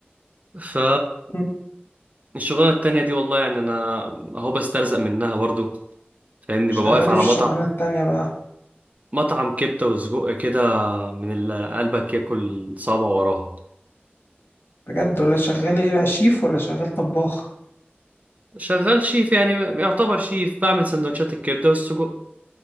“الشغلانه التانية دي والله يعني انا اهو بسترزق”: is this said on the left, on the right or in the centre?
Right